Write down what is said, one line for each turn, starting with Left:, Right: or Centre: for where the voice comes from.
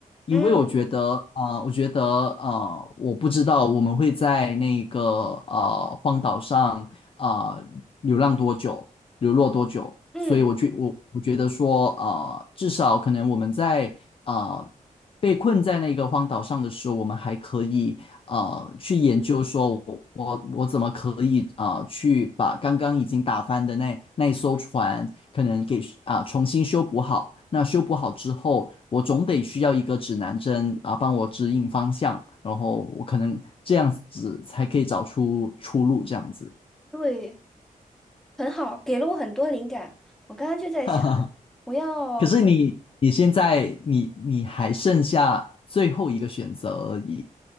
Left: 因为我觉得啊、
Centre: <laughs> 嗯。
Left: 我觉得啊、我不知道我们会在那个啊荒岛上啊、流浪多久，流落多久，
Centre: 嗯，
Left: 所以我觉我我觉得说啊、至少可能我们在。啊、被困在那个荒岛上的时候，我们还可以啊去研究说我，我我怎么可以啊、呃去把刚刚已经打翻的那那一艘船，可能给啊、呃重新修补好。那修补好之后，我总得需要一个指南针啊、帮我指引方向，然后我可能这样子才可以找出出路，这样子。
Centre: 对，很好，给了我很多灵感。我刚刚就在想，
Left: <laughs> 哈哈，
Centre: 我要，
Left: 可是你你现在你你还剩下最后一个选择而已。